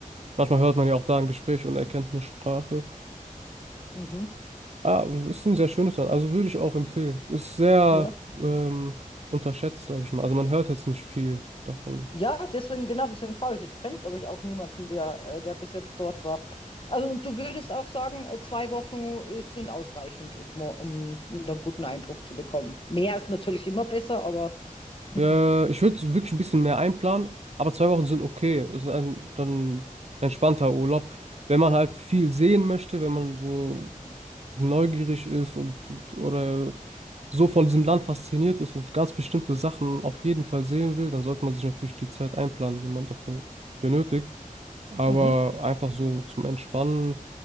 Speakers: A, on the right; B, on the left.
A: manchmal hört man ja auch da ein Gespräch und erkennt eine Sprache.
B: mhm,
A: Ah, das ist ein sehr schönes Land, also würde ich auch empfehlen. Ist sehr
B: ja.
A: ähm, unterschätzt, sage ich mal. Also man hört jetzt nicht viel davon.
B: Ja, deswegen, genau, deswegen frage ich jetzt. Kennt, glaube ich, auch niemanden, der, äh, der bis jetzt dort war. Also, und du würdest auch sagen, äh, zwei Wochen äh, sind ausreichend, um, mo- um einen guten Eindruck zu bekommen. Mehr ist natürlich immer besser, aber <laughs>
A: Äh, ich würde wirklich ein bisschen mehr einplanen, aber zwei Wochen sind okay. Das ist ein dann entspannter Urlaub. Wenn man halt viel sehen möchte, wenn man so neugierig ist und und- oder so von diesem Land fasziniert ist und ganz bestimmte Sachen auf jeden Fall sehen will, dann sollte man sich natürlich die Zeit einplanen, die man dafür benötigt. Aber
B: mhm,
A: einfach so zum Entspannen